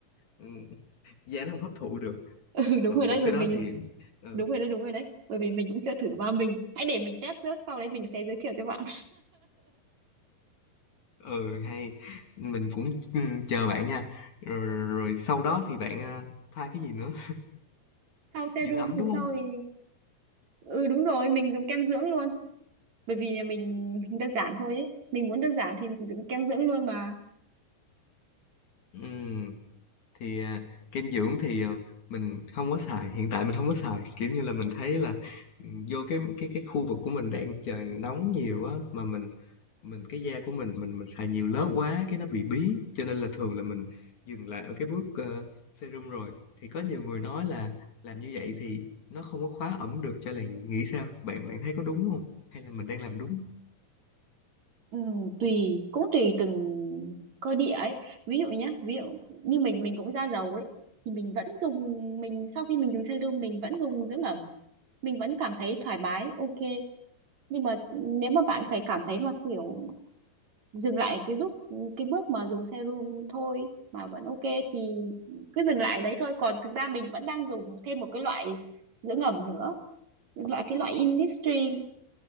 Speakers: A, on the left; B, on the right.
A: ừm, da nó không hấp thụ được.
B: <laughs> ừ đúng
A: Mà
B: rồi
A: một
B: đấy bởi
A: cái
B: mình
A: đó thì ừ,
B: đúng rồi đấy đúng rồi đấy bởi vì mình cũng chưa thử mà mình hãy để mình test trước sau đấy mình sẽ giới thiệu cho bạn
A: ừ hay mình cũng ừm, chờ bạn nha. Rồi, rồi, rồi sau đó thì bạn à, pha cái gì nữa?
B: sau serum
A: Dưỡng ẩm
B: thì
A: đúng
B: sau
A: không?
B: thì ừ đúng rồi mình dùng kem dưỡng luôn bởi vì mình đơn giản thôi ấy mình muốn đơn giản thì mình dùng kem dưỡng luôn mà
A: Ừm. thì à, kem dưỡng thì à, mình không có xài hiện tại mình không có xài kiểu như là mình thấy là ừ, vô cái cái cái khu vực của mình đang trời nóng nhiều á mà mình mình cái da của mình mình mình xài nhiều lớp quá cái nó bị bí cho nên là thường là mình dừng lại ở cái bước ờ, serum rồi thì có nhiều người nói là làm như vậy thì nó không có khóa ẩm được cho làn nghĩ sao bạn bạn thấy có đúng không hay là mình đang làm đúng
B: Ừ, tùy cũng tùy từng cơ địa ấy ví dụ nhé ví dụ như mình mình cũng da dầu ấy thì mình vẫn dùng mình sau khi mình dùng serum mình vẫn dùng dưỡng ẩm mình vẫn cảm thấy thoải mái ok nhưng mà nếu mà bạn phải cảm thấy mà kiểu dừng lại cái giúp cái bước mà dùng serum thôi mà vẫn ok thì cứ dừng lại đấy thôi còn thực ra mình vẫn đang dùng thêm một cái loại dưỡng ẩm nữa loại cái loại Innisfree